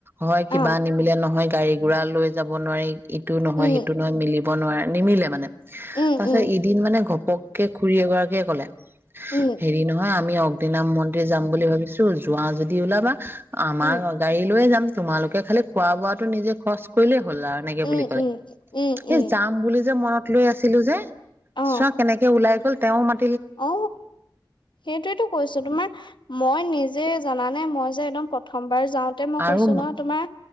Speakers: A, on the right; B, on the left.
A: হয়
B: অ
A: কিবা নিমিলে নহয় গাড়ী ঘোৰা লৈ যাব নোৱাৰি ইটো নহয়
B: উম
A: সিটো নহয় মিলি। বনোৱাৰ নিমিলে মানে। তাৰ
B: উম
A: পাছত
B: উম
A: এদিন মানে ঘপককে খুৰী এগৰাকীয়ে কলে
B: উম
A: হেৰি নহয় আমি অগ্নিনাভ মন্দিৰ যাম বুলি ভাবিছো যোৱা যদি ওলাবা আমাৰ
B: উম
A: গাড়ী লৈইয়ে যাম তোমালোকে খালি খোৱা বোৱাটো নিজে খৰচ কৰিলেই হল আৰু এনেকে
B: উম
A: বুলি কলে
B: উম উম
A: স
B: উম
A: যাম বুলি যে মনত লৈ আছিলো যে
B: অ
A: চোৱা কেনেকে ওলাই গ'ল তেওঁ মান
B: অ সেইটোয়েতো কৈছো তোমাৰ মই নিজ যে জানা নে মই যে একদম প্ৰথমবাৰ যাওঁতে মই
A: আৰু
B: কৈছো ন তোমাৰ